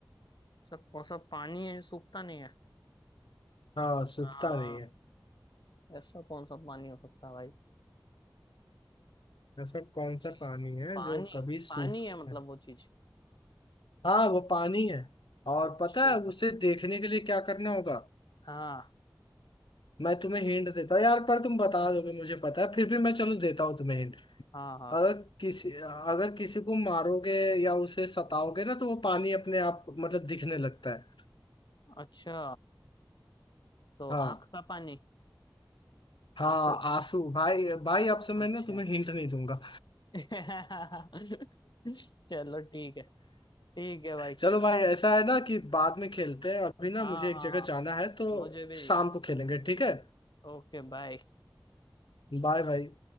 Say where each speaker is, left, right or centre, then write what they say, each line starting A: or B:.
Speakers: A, on the left (about 65°); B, on the left (about 85°).
A: सब कौन सा पानी है जो सूखता नहीं है
B: हाँ सूखता
A: हाँ
B: नहीं है
A: ऐसा कौन सा पानी हो सकता है भाई
B: ऐसा कौन
A: जी
B: सा पानी है
A: पानी
B: जो कभी
A: पानी
B: सूखता
A: है मतलब
B: है
A: वो चीज
B: हाँ वो पानी है और
A: अच्छा
B: पता है उसे देखने के लिए क्या करना होगा
A: हाँ
B: मैं तुम्हें हिंट देता हूँ यार पर तुम बता दोगे मुझे पता है फिर भी मैं चलो देता हूँ तुम्हें हिंट
A: हाँ हाँ
B: अगर किसी अगर किसी को मारोगे या उसे सताओगे ना तो वो पानी अपने आप मतलब दिखने लगता है
A: अच्छा तो
B: हाँ
A: आंख का पानी
B: हाँ
A: आंसू
B: आंसू भाई भाई अब से मैं
A: अच्छा
B: ना तुम्हें हिंट नहीं दूंगा
A: <laughs> चलो ठीक है ठीक है भाई
B: चलो भाई ऐसा है ना कि बाद में खेलते हैं अभी ना
A: हाँ
B: मुझे
A: हाँ
B: एक जगह
A: हाँ
B: जाना है तो
A: मुझे भी
B: शाम को खेलेंगे ठीक है
A: Okay bye
B: बाय भाई